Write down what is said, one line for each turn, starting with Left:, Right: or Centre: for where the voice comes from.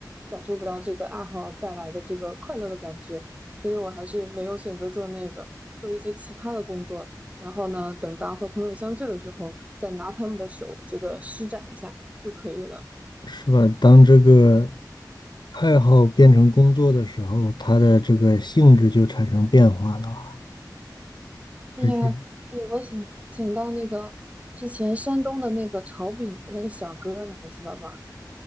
Right: 感受不到这个爱好带来的这个快乐的感觉，所以我还是没有选择做那个，做一些其他的工作。然后呢，等到和朋友相聚的时候，再拿他们的手这个施展一下就可以了。
Left: 是吧？当这个爱好变成工作的时候，它的这个性质就产生变化了啊
Right: 这个，
Left: 而且
Right: 哎，我想想到那个之前山东的那个炒饼的那个小哥，你还记得吧？